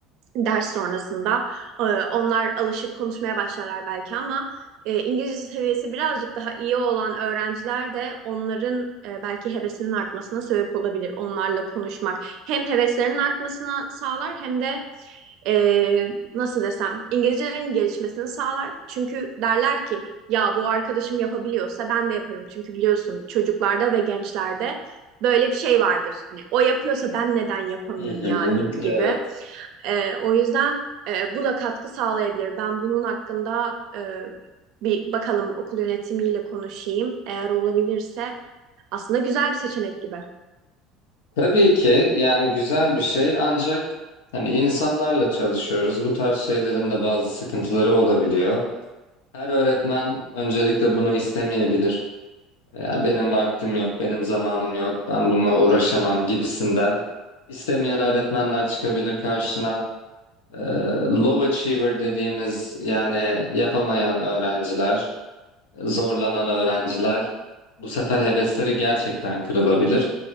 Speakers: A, on the right (about 65°); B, on the left (about 90°).
A: ders sonrasında. Ee, Onlar alışıp konuşmaya başlarlar belki ama e, İngilizce seviyesi birazcık daha iyi olan öğrenciler de onların e, belki hevesinin artmasına sebep olabilir. Onlarla konuşmak hem heveslerinin artmasına sağlar hem de e, nasıl desem İngilizcelerinin gelişmesini sağlar. Çünkü derler ki ya bu arkadaşım yapabiliyorsa ben de yaparım. Çünkü biliyorsun çocuklarda ve gençlerde böyle bir şey vardır. Hani o yapıyorsa ben neden yapamayayım
B: Hı hı,
A: ya di-
B: evet.
A: gibi. E, o yüzden e, bu da katkı sağlayabilir. Ben bunun hakkında e, bir bakalım okul yönetimiyle konuşayım. Eğer olabilirse aslında güzel bir seçenek gibi.
B: Tabii ki yani güzel bir şey ancak hani insanlarla çalışıyoruz. Bu tarz şeylerin de bazı sıkıntıları olabiliyor. Her öğretmen öncelikle bunu istemeyebilir. Ya benim vaktim yok, benim zamanım yok, ben bununla uğraşamam gibisinden. İstemeyen öğretmenler çıkabilir karşına. Ee, low achiever dediğimiz yani yapamayan öğrenciler, zorlanan öğrenciler bu sefer hevesleri gerçekten kırılabilir.